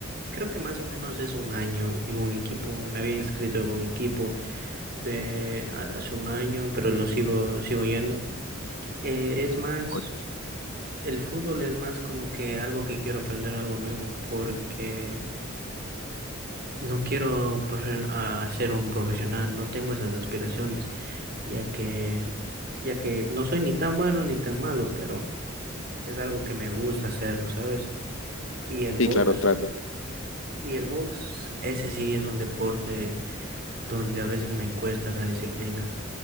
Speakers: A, on the right; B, on the left.
A: creo que más o menos es un año en un equipo. Me había inscrito en un equipo de ha- hace un año, pero lo sigo, sigo yendo. Eh, es más,
B: Ocho.
A: el fútbol es más como que algo que quiero aprender algo nuevo, porque No quiero profe- a ser un profesional, no tengo esas aspiraciones, ya que, ya que no soy ni tan bueno ni tan malo, pero es algo que me gusta hacerlo, ¿sabes? Y el box,
B: Sí, claro, trato.
A: y el box, ese sí es un deporte donde a veces me cuesta la disciplina,